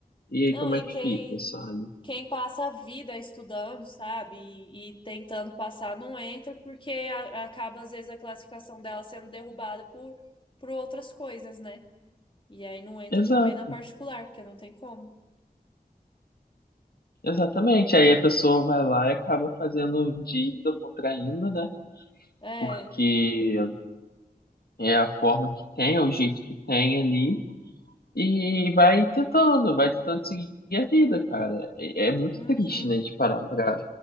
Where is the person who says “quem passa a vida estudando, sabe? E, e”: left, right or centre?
Left